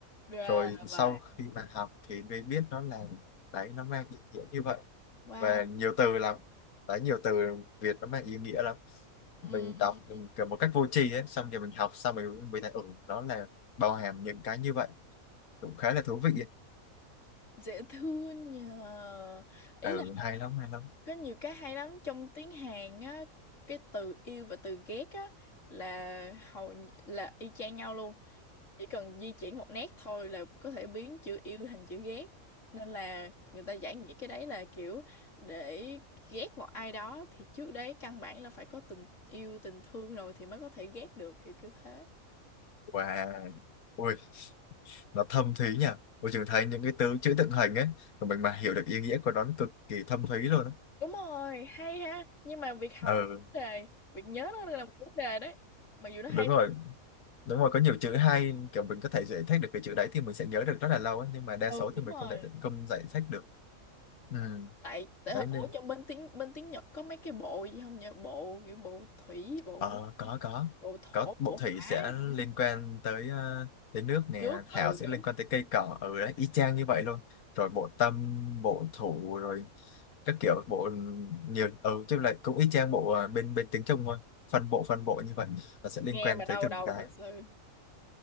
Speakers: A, on the left; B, on the left.
A: ra
B: rồi
A: là vậy
B: sau khi mà học thì mới biết nó là đấy nó mang ý nghĩa như vậy
A: wow
B: và nhiều từ lắm đấy nhiều từ Việt nó mang ý nghĩa lắm
A: Ừm,
B: mình đọc mình kiểu một cách vô tri ấy xong rồi mình học xong rồi mình thấy ừ đó là bao hàm những cái như vậy cũng khá là thú vị ấy.
A: dễ thương nhờ ý
B: ừ
A: là
B: hay lắm hay lắm
A: có nhiều cái hay lắm trong tiếng Hàn á cái từ yêu và từ ghét á là hầu như- là y chang nhau luôn chỉ cần di chuyển một nét thôi là có thể biến chữ yêu thành chữ ghét nên là người ta giải nghĩa cái đấy là kiểu để ghét một ai đó thì trước đấy căn bản là phải có tình yêu tình thương rồi thì mới có thể ghét được kiểu kiểu thế
B: wow ui nó thâm thúy nhỉ ôi trường thấy những cái từ chữ tượng hình ấy của mình mà hiểu được ý nghĩa của nó nó cực kỳ thâm thúy luôn á.
A: đúng rồi hay ha nhưng mà việc học
B: ừ
A: là một vấn đề việc nhớ nó là một vấn đề đấy mặc dù nó hay
B: đúng rồi đúng rồi có nhiều chữ hay kiểu mình có thể giải thích được cái chữ đấy thì mình sẽ nhớ được rất là lâu ấy. nhưng mà đa
A: ừ
B: số
A: đúng
B: thì mình
A: rồi
B: không thể tận công giải thích được ừ
A: tại tại ở
B: đấy nên
A: trong bên tiếng bên tiếng Nhật có mấy cái bộ gì không nhỉ bộ kiểu bộ thủy bộ
B: Ờ, có có
A: bộ thổ
B: có bộ
A: bộ
B: thủy
A: hỏa
B: sẽ
A: gì á.
B: liên quan tới ờ, tới nước nè
A: nước
B: thảo
A: ừ
B: sẽ
A: đúng
B: liên quan tới cây cỏ ở đấy y chang như vậy luôn rồi bộ tâm bộ thủ rồi các kiểu bộ nhiều ừ chứ lại cũng y chang bộ ờ, bên bên tiếng Trung thôi phân bộ phân bộ như vậy là sẽ liên
A: nghe
B: quan
A: mà
B: tới
A: đau
B: từng
A: đầu
B: cái
A: thật sự